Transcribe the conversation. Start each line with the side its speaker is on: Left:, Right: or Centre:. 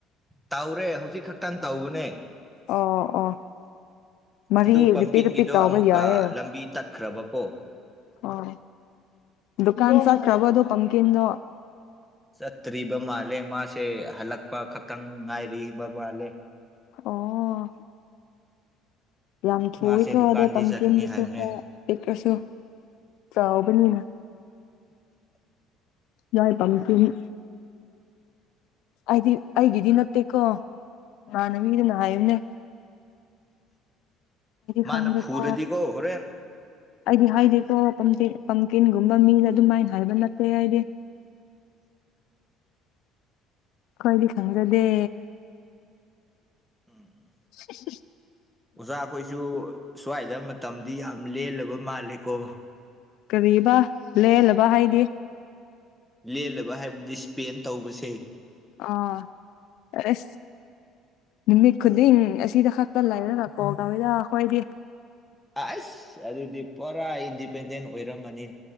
Centre: ꯇꯥꯎꯔꯦ ꯍꯧꯖꯤꯛ ꯈꯛꯇꯪ ꯇꯧꯕꯅꯦ
Left: ꯑꯣ ꯑꯣ ꯃꯔꯤ
Centre: ꯑꯗꯨ ꯄꯝꯀꯤꯟꯒꯤꯗꯣ
Left: ꯔꯤꯄꯤꯠ ꯔꯤꯄꯤꯠ ꯇꯧꯕ
Centre: ꯑꯃꯨꯛꯀ
Left: ꯌꯥꯏꯌꯦ
Centre: ꯂꯝꯕꯤ ꯇꯠ ꯀ꯭ꯔꯕꯀꯣ
Left: ꯑꯣ ꯗꯨꯀꯥꯟ ꯁꯥ ꯔ꯭ꯔꯋꯥꯗꯨꯣ ꯄꯝꯀꯤꯗꯣ
Centre: ꯆꯠꯇ꯭ꯔꯤꯕ ꯃꯥꯜꯂꯦ ꯃꯥꯁꯦ ꯍꯜꯂꯛꯄ ꯈꯛꯇꯪ ꯉꯥꯏꯔꯤꯕ ꯃꯥꯜꯂꯦ
Left: ꯑꯣ ꯌꯥꯝ ꯊꯨꯏꯀꯣ
Centre: ꯃꯥꯁꯦ ꯗꯨꯀꯥꯟꯗꯤ
Left: ꯑꯗ ꯄꯝꯀꯤꯦꯟꯗꯨꯁꯨ
Centre: ꯆꯠꯀꯅꯤ ꯍꯥꯏꯕꯅꯦ
Left: ꯈ ꯄꯤꯛꯈ꯭ꯔꯁꯨ ꯆꯥꯕꯅꯤꯅ ꯌꯥꯏ ꯄꯝ ꯀꯅꯤ ꯑꯩꯗꯤ ꯑꯩꯒꯤꯗꯤ ꯅꯠꯇꯦꯀꯣ ꯏꯃꯥꯟꯅ ꯃꯤꯒꯤꯗꯤ ꯅ ꯍꯥꯏꯌꯨꯅꯦ
Centre: ꯃꯥꯅ
Left: ꯈꯪꯗꯦꯀꯣ
Centre: ꯐꯨꯔꯗꯤꯀꯣ ꯍꯣꯔꯦꯟ
Left: ꯑꯩꯗꯤ ꯍꯥꯏꯗꯤꯀꯣ ꯄꯝ ꯄꯝꯀꯤꯟꯒꯨꯝꯕ ꯃꯤꯗ ꯑꯗꯨꯃꯥꯏꯅ ꯍꯥꯏꯕ ꯅꯠꯇꯦ ꯍꯥꯏꯗꯤ ꯀꯣꯏꯂꯤ ꯈꯪꯖꯗꯦ
Centre: ꯎꯝ
Left: ꯎ <unintelligible>
Centre: ꯑꯣꯖꯥ ꯑꯩꯈꯣꯏꯁꯨ ꯁ꯭ꯋꯥꯏꯗ ꯃꯇꯝꯗꯤ ꯌꯥꯝ ꯂꯦꯜꯂꯕ ꯃꯥꯜꯂꯦꯀꯣ
Left: ꯀꯔꯤꯕ ꯂꯦꯜꯂꯕ ꯍꯥꯏꯗꯤ
Centre: ꯂꯦꯜꯂꯕ ꯍꯥꯏꯕꯗꯤ ꯏꯁꯄꯦꯟ ꯇꯧꯕꯁꯦ
Left: ꯑꯥ ꯑꯁ ꯅꯨꯃꯤꯠ ꯈꯨꯗꯤꯡ ꯑꯁꯤꯗ ꯈꯛꯇ ꯂꯩꯔꯒ ꯀꯣ ꯀꯋꯏꯗ ꯑꯩꯈꯣꯏꯗꯤ
Centre: ꯑꯁ ꯑꯗꯨꯗꯤ ꯄꯨꯔꯥ ꯏꯟꯗꯤꯄꯦꯟꯗꯦꯟ ꯑꯣꯏꯔꯝꯃꯅꯤ